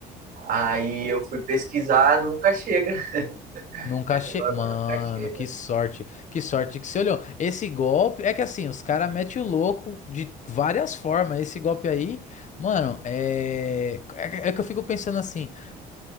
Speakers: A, on the right; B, on the left.
A: Aí eu fui pesquisar, nunca chega. <laughs>
B: Nunca
A: Esse
B: che...
A: bagulho
B: Mano,
A: nunca chega.
B: que sorte. Que sorte que você olhou. Esse golpe é que assim, os caras metem o louco de várias formas. Esse golpe aí, mano, é... é que é que eu fico pensando assim.